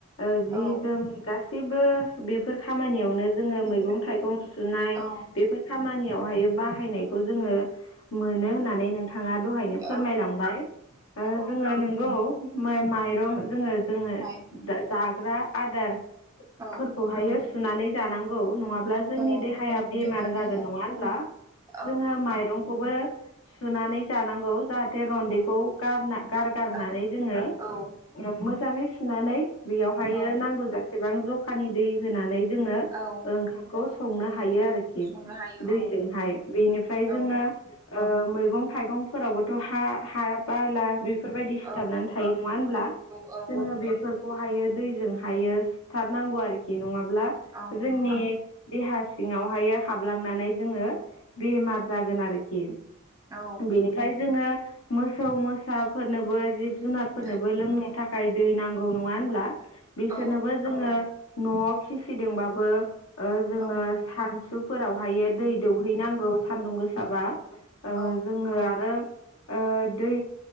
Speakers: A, on the left; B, on the right.
A: ओ जि
B: औ
A: जोम गासैबो बेफोर खाम नियावनो जोङो
B: बेफोर
A: मैगं थाइगं सुनाय
B: औ
A: बेफोर खामानियावहायो बाहायनाय खौ जोङो मोनो होननानै नों थाङा दहायनो फोरमायलांबाय
B: औ
A: ओ
B: औ
A: जोङो नंगौ माइ‌ माइरं जोङो जोङो
B: हाय
A: जाग्रा आदारफोरखौहायो
B: औ
A: सुनानै जानांगौ नङा ब्ला जोंनि
B: औ
A: देहाया बेमार
B: जोङो
A: जागोन
B: देहा
A: नङा होनब्ला? जोङो
B: औ औ
A: माइरंखौबो सुनानै जानांगौ जाहाथे रन्दैखौ गारना गारगारनानै
B: गार
A: जोङो
B: औ
A: मोजाङै सुनानै बेयावहायो
B: औ
A: नांगौ जेसेबां जखानि दै होनानै जोङो
B: औ
A: ओंखामखौ संनो हायो आरोखि।
B: संनो हायो
A: दैजोंहाय
B: औ
A: बेनिफ्राय
B: औ
A: जोङो ओम मै थाइगंफोरावबोथ' हा हा बाला बेफोरबायदि
B: औ
A: सिथाबनानै थायो नङा होनब्ला।
B: औ
A: जोङो बेफोरखौहायो दैजों हायो सुथारनांगौ आरोखि नङाब्ला
B: औ
A: जोंनि
B: नङा
A: देहा सिङावहायो हाबलांनानै जोङो बेमार जागोन आरोखि।
B: औ
A: बेनिफ्राय जोङो मोसौ मोसा फोरनोबो जिब जुनारफोरनोबो
B: दो
A: लोंनो थाखाय दै नांगौ नङा होनब्ला? बिसोरनोबो
B: औ
A: जोङो न'आव फिसिदोंबाबो ओ जोङो
B: औ
A: सानसुफोरावहायो दै दौहैनांगौ सानदुं गोसाबा ओ
B: औ
A: जोङो आरो ओ दै